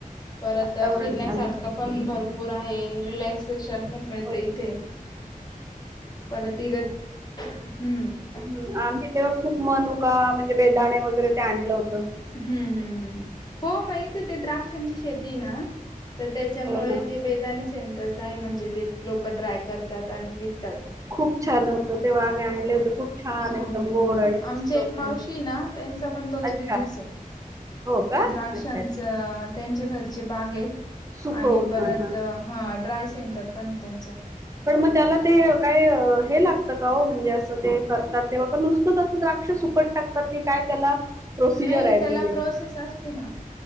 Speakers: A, on the left; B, on the right.
A: परत
B: वातावरण
A: फिरण्यासारखं
B: छान आहे
A: पण भरपूर आहे रिलॅक्सेशन पण मिळते
B: होय
A: इथे परतिगत हम्म
B: ह् आम्ही तेव्हा खूप मनुका म्हणजे बेदाणे वगैरे ते आणलं होतं
A: हम्म हम् हम् हो माहित ते द्राक्षांची शेती ना तर त्याच्यामुळे
B: हो ना
A: ते बेदाने सेंटर्स आहे म्हणजे ते लोक ड्राय करतात आणि विकतात
B: खूप छान होतं तेव्हा आम्ही आणले होते खूप छान
A: हो
B: एकदम
A: हो
B: गोड
A: हो
B: आणि
A: हो
B: मस्त
A: आमच्या
B: होते
A: एक मावशी ना त्यांचा पण तोच
B: अच्छा
A: बिझनेस आहे
B: हो का
A: ते द्राक्षांचं
B: अच्छा अच्छा
A: त्यांच्या घरचे बाग आहेत
B: सुकवून
A: आणि परत
B: हा हा
A: ह ड्राय सेंटर पण आहे त्यांचं
B: पण मग त्याला ते काय हे लागतं का हो म्हणजे असं ते करतात तेव्हा का नुसत तस द्राक्ष सुकट टाकतात की काय त्याला प्रोसिजर
A: नाही
B: आहे
A: त्याला
B: म्हणजे
A: प्रोसेस असते ना